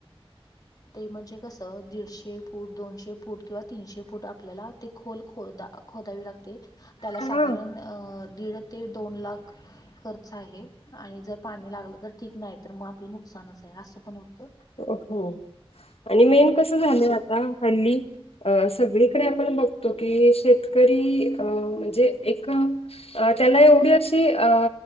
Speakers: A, on the left; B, on the left.
A: ते म्हणजे कसं दीडशे फूट दोनशे फूट किंवा तीनशे फूट आपल्याला ते खोल खदा खोदावी लागते त्याला
B: हा
A: साधारण दीड ते दोन लाख खर्च आहे आणि जर पाणी लागलं तर ठीक नाही तर मग आपलं नुकसानच आहे असं पण होत
B: हो आणि मेन कस झालं आता हल्ली सगळीकडे आपण बघतो की शेतकरी अ म्हणजे एक अ त्याला एवढी अशी अ